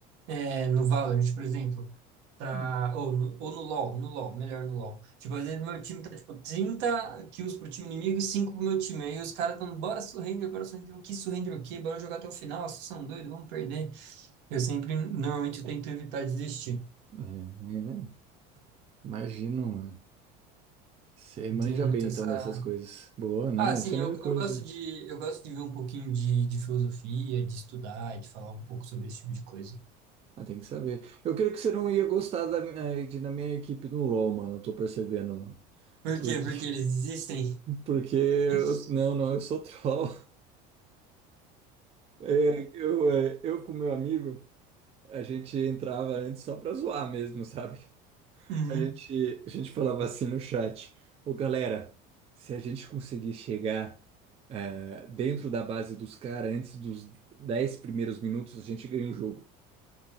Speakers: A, on the right; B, on the right.
A: é, no Valorant, por exemplo, tá,
B: É,
A: ou no, ou no LoL, no LoL, melhor no LoL. Tipo, às vezes meu time tá, tipo, 30 kills pro time inimigo e 5 pro meu time, aí os caras tão, bora surrender, bora surrender, o que surrender o quê? Bora jogar até o final, vocês são doidos, vamos perder. Eu sempre, normalmente, eu tento evitar desistir.
B: é, imagino, mano. Você manja
A: Eu tenho muito
B: bem
A: essa,
B: então dessas coisas. Boa, não,
A: Ah, sim,
B: isso é a
A: eu,
B: melhor coisa.
A: eu gosto de eu gosto de ver um pouquinho de, de filosofia, de estudar, de falar um pouco sobre esse tipo de coisa.
B: Ah, tem que saber. Eu creio que você não ia gostar da, eh, de, na minha equipe no LoL, mano. Eu tô percebendo, mano.
A: Por
B: Porque,
A: quê? Porque eles existem.
B: <laughs> porque eu,
A: <laughs>
B: não, não, eu sou <laughs> troll. É, eu, é, eu com meu amigo, a gente entrava antes só pra zoar mesmo, sabe?
A: Uhum.
B: A gente, a gente falava assim no chat: Ô galera, se a gente conseguir chegar eh, dentro da base dos caras antes dos 10 primeiros minutos, a gente ganha o jogo.